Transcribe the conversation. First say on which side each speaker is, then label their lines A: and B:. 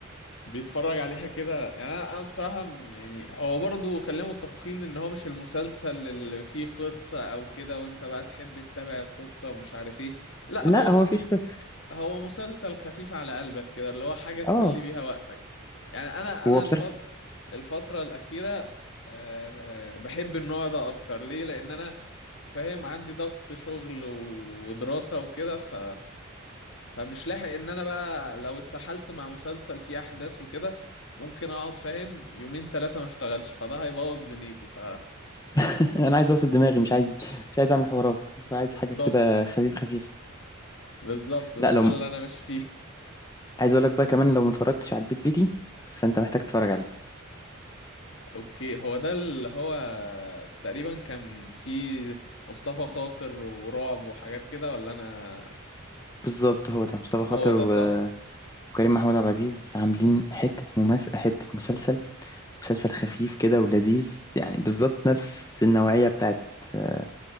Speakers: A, on the left; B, on the left.
A: بيتفرج عليها كده يعني انا أنا بصراحه م- يعني هو برضه خلينا متفقين ان هو مش المسلسل اللي فيه قصه او كده وانت بقى تحب تتابع القصه ومش عارف ايه لا
B: لا
A: هو
B: هو مفيش قصه
A: هو مسلسل خفيف على قلبك كده اللي هو حاجة تسلي
B: اه
A: بيها وقتك يعني أنا أنا
B: هو بصراحه
A: الفت... الفترة الأخيرة أه بحب النوع ده أكتر ليه؟ لأن أنا فاهم عندي ضغط شغل ودراسة وكده ف... فمش لاحق إن أنا بقى لو اتسحلت مع مسلسل فيه أحداث وكده ممكن أقعد فاهم يومين ثلاثة ما اشتغلش فده هيبوظ دنيتي ف
B: <laughs> انا عايز اوصل دماغي مش عايز مش عايز اعمل حوارات عايز
A: بالظبط
B: حاجه كده خفيف خفيف
A: بالظبط ده
B: لا لو
A: ده اللي أنا ماشي فيه
B: عايز اقول لك بقى كمان لو ما اتفرجتش على البيت بيتي فانت محتاج تتفرج عليه
A: اوكي هو ده اللي هو تقريبا كان في مصطفى خاطر ورعب وحاجات كده ولا انا
B: بالظبط هو ده مصطفى
A: هو
B: خاطر
A: ده
B: وكريم
A: صح؟
B: محمود عبد العزيز عاملين حتة مماس حتة مسلسل مسلسل خفيف كده ولذيذ يعني بالظبط نفس النوعية بتاعت آه،